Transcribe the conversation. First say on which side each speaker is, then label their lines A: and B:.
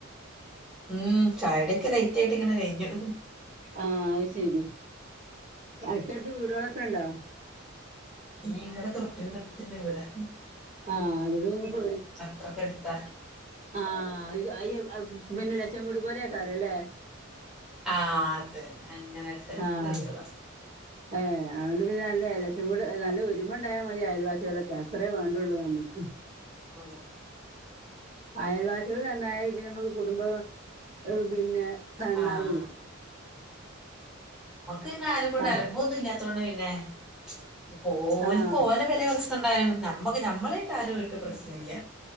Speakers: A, in the centre; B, on the right (about 35°).
A: ഉം ചായടയൊക്കെ ലൈറ്റ് ആയിട്ട് ങ്ങനെ കഴിഞ്ഞു
B: ആഹ് അയ്ശെരി അടുത്തടുത്ത് വീടുകളൊക്കെ ഉണ്ടോ
A: <unintelligible>
B: ആഹ് അതോണ്ട് പേടി
A: തോട്ടെട്ത്ത
B: ആഹ് അയ്യ പിന്നെ ലച്ചമൂടി പോലെയക്കാരം അല്ലേ
A: ആഹ് അത് അങ്ങനെ അടുത്തടുത്ത്
B: ആഹ്
A: വീടുകളാ
B: ഏഹ് ആതോണ്ട് പിന്നെ നല്ല ലക്ഷം കൂട് നല്ല ഒരുമ ഉണ്ടായാ മതി അയൽവാസികളൊക്കെ അത്രേ വേണ്ടുള്ളൂ നമ്മുക്ക് <inaudible>
A: ആ
B: അയൽവാസിക നന്നായാല പിന്നെ നമുക്ക് കുടുംബ പിന്നെ നന്നാവേ
A: ആഹ് നമ്മുക്ക് പിന്നെ ആരും കൊണ്ട്
B: ആഹ്
A: അലംബംന്നും ഇല്ലാത്തോണ്ട് പിന്നെ ഇനി പോ ഓല്ക്
B: ആഹ്
A: ഓലെ വരെ അവ സ്ഥ ണ്ടായാലും നമ്മക്ക് നമ്മളാആയിട്ട് പ്രശ്നല്ല